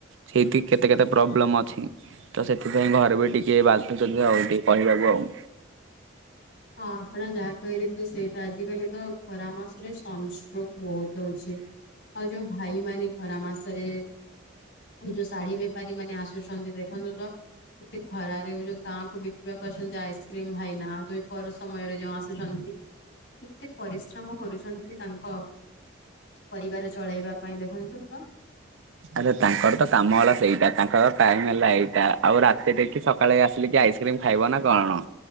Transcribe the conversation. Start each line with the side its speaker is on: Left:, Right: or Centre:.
Right: ସେଇଠି କେତେ କେତେ ପ୍ରୋବ୍ଲେମ ଅଛି। ତ ସେଥିପାଇଁ ଘରେ ବି ଟିକେ ବାଧୁଛନ୍ତି ଆଉ ଟିକେ କହିବାକୁ ଆଉ।
Left: ହଁ ଆପଣ ଯାହା କହିଲେ କି ତ ସେଇଟା ଆଜିକାଲି ତ ଖରା ମାସରେ ସଂଷ୍ଟ୍ରୋକ ବହୁତ ହଉଛି। ଆଉ ଯୋଉ ଭାଇ ମାନ ଖରା ମାସରେ ଯୋଉ ଶାଢୀ ବେପାରୀ ମାନେ ଆସୁଛନ୍ତି ଦେଖନ୍ତୁ ତ ଏତେ ଖରା ସେ ଯୋଉ ଗାଁ କୁ ବିକିବାକୁ ଅଛନ୍ତି ଆଇସ୍କ୍ରିମ ଭାଇନା ସମୟରେ ଯଉ ଆସୁଛନ୍ତି, କେତେ ପରିଶ୍ରମ କରୁଛନ୍ତି ତାଙ୍କ ପରିବାର ଚଳେଇବା ପାଇଁ ଦେଖନ୍ତୁ ତ
Right: ଆରେ ତାଙ୍କର ତ କାମ ହେଲା ସେଇଟା, ତାଙ୍କର ଟାଇମ୍ ହେଲା ଏଇଟା। ଆଉ ରାତି ରେ କି ସ ସକାଳେ ଆସିଲି କିଏ ଆଇସ୍କ୍ରିମ ଖାଇବ ନା କଣ?